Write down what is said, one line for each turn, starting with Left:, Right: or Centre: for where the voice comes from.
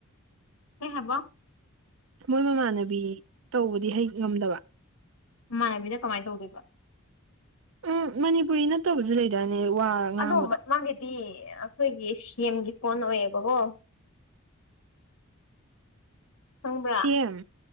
Left: ꯀꯩ ꯍꯥꯏꯕ
Right: ꯃꯣꯏ ꯃꯃꯥꯟꯅꯕꯤ ꯇꯧꯕꯗꯤ ꯍꯩ ꯉꯝꯗꯕ
Left: ꯃꯃꯥꯟꯅꯕꯤꯗ ꯀꯃꯥꯏꯅ ꯇꯧꯗꯣꯏꯕ
Right: ꯎꯝ ꯃꯅꯤꯄꯨꯔꯤ ꯅꯠꯇꯕꯁꯨ ꯂꯩꯗꯥꯏꯅꯦ ꯋꯥ ꯉꯥꯡꯕꯗꯣ
Left: ꯑꯗꯣ ꯃꯠ ꯃꯥꯒꯤꯗꯤ ꯑꯩꯈꯣꯏꯒꯤ ꯁꯦꯝꯒꯤ ꯐꯣꯟ ꯑꯣꯏꯌꯦꯕꯀꯣ ꯈꯪꯕ꯭ꯔꯥ
Right: ꯁꯤ ꯑꯦꯝ